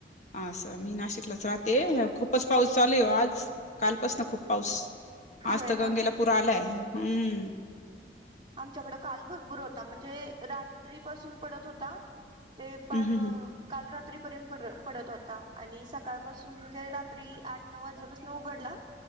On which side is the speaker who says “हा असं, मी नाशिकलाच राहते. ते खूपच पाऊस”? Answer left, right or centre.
Left